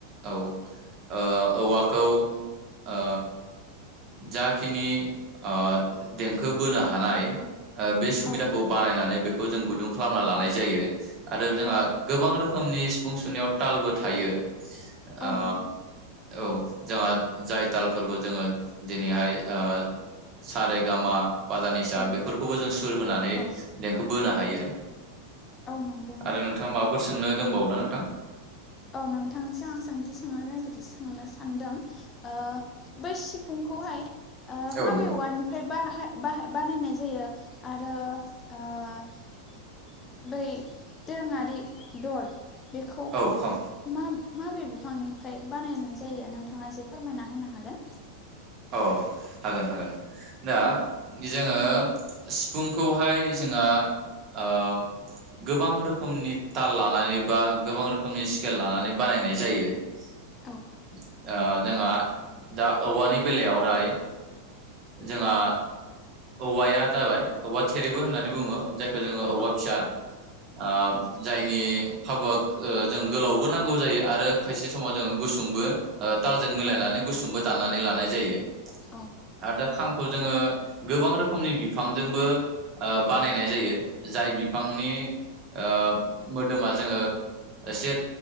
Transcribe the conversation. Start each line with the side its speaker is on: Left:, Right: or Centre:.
Right: औ अ- औवाखौ अ जाखिनि अ देंखो बोनो हानाय अ बे सुबिदाखौ
Left: औ नंगौ
Right: बानायनानै बेखौ जों गुदुं खालामना लानाय जायो। आरो जोंहा
Left: औ
Right: गोबां रोखोम खोमनि सिफुं सुनायाव तालबो थायो।
Left: औ
Right: अ
Left: नंगौ
Right: औ जोंहा जाय तालफोरखौ जोङो दिनैहाय अ सारे गामा फा दा निसा
Left: औ
Right: बेफोरखौबो
Left: नंगौ
Right: जों सुर होनानै
Left: औ
Right: देंखो बोनो हायो।
Left: औ नंगौ नोंथां
Right: आरो नोंथाङा माबाफोर सोंनो दंबावो ना नोंथां?
Left: औ नोंथांनिसिम आं सोंथि सोंनो नागिर सोंनो सानदों ओ बै सिफुंखौहाय अ
Right: औ
Left: माबे
Right: नंगौ
Left: औवानिफ्राय बाहाय बाहाय-बानायनाय जायो आरो अ बै दोरोङारि दल बेखौ
Right: औ खाम
Left: मा माबे बिफांनिफ्राय बानायनाय जायो नोंथाङा एसे फोरमायना होनो हागोन?
Right: औ हागोन हागोन। दा
Left: औ
Right: जि जोंङो सिफुंखौहाय जोंहा ओ गोबां रोखोमनि ताल लानानै बा गोबां रोखोमनि स्केल लानानै बानायनाय जायो। ओ
Left: औ
Right: जोंहा दा औवानि बेलायावनाय जोंहा औवाया जाबाय औवा थेरेबो होननानै बुंङो जाय खो जोंङो औवा
Left: औ
Right: फिसा ओ
Left: औ
Right: जायनि फाबुआ ओ जों गोलावबो नांगौ जायो आरो खायसे समाव जोंङो गुसुंबो ओ तालजों मिलायनानै
Left: औ
Right: गुसुंबो दान नानै लानाय जायो।
Left: औ
Right: आरो दा खामखौ जोंङो गोबां रोखोमनि बिफांजोंबो ओ बानायनाय जायो जाय बिफांनि ओ मोदोमा जोंङो एसे